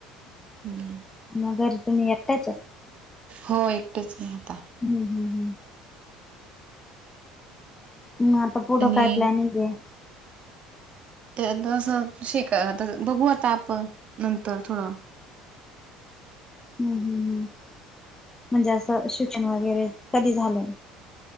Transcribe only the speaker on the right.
हम्म
हो एकटच की आता.
आणि
ते तसं शिका त बघू आता आप नंतर थोडं.